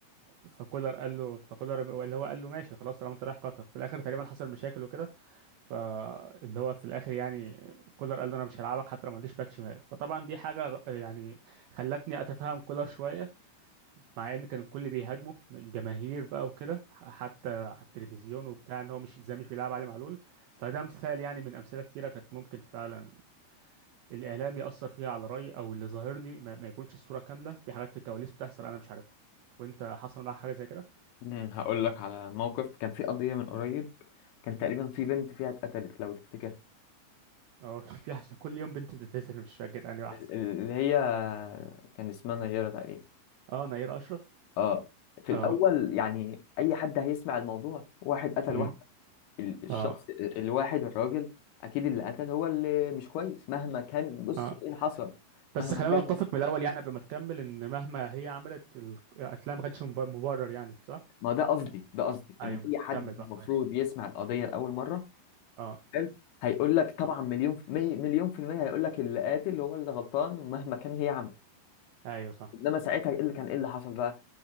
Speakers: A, on the right (about 85°); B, on the left (about 75°).
A: فكولر قال له فكولر اللي هو قال له ماشي خلاص طالما انت رايح قطر في الآخر تقريبا حصل مشاكل وكده فاللي هو في الآخر يعني كولر قال له أنا مش هلعبك حتى لو ما عنديش باك شمال فطبعا دي حاجة يعني خلتني أتفهم كولر شوية مع ان كان الكل بيهاجمه من الجماهير بقى وكده ح- حتى على التلفزيون وبتاع ان هو مش ازاي مش بيلعب علي معلول فده مثال يعني من امثله كتيره كانت ممكن فعلا الاعلام ياثر فيها على رايي او اللي ظاهر لي ما, ما يكونش الصوره كامله في حاجات في الكواليس بتحصل انا مش عارفها وانت حصل معاك حاجه زي كده
B: مم، هقول لك على موقف كان في قضية من قريب كان
A: مم.
B: تقريبا في بنت فيها اتقتلت لو تفتكر
A: اه <laughs> في حاجة كل يوم بنت بتتقتل مش فاكر انهي واحده
B: ال- ال- اللي هي كان اسمها نيرة تقريبا
A: اه نيره اشرف
B: اه في
A: اه
B: الأول يعني أي حد هيسمع الموضوع واحد قتل
A: مم.
B: واحدة ال- الشخص
A: اه
B: ال- الواحد الراجل أكيد اللي قتل هو اللي مش كويس مهما كان بص
A: اه
B: إيه اللي حصل
A: بس
B: مهما
A: خلينا
B: كان
A: نتفق من الاول يعني قبل ما تكمل ان مهما هي عملت ال- القتلها ما كانش مب- مبرر يعني صح
B: ما ده قصدي ده قصدي
A: ايوه
B: إن
A: ماشي
B: أي حد
A: كمل بقى
B: المفروض
A: ماشي
B: يسمع القضية لأول مرة
A: اه
B: حلو؟ هيقول لك
A: اه
B: طبعا مليون في مي- مليون في المية هيقول لك اللي قاتل هو اللي غلطان مهما كان هي عملت
A: ايوه صح
B: انما ساعتها ايه اللي كان ايه اللي حصل بقى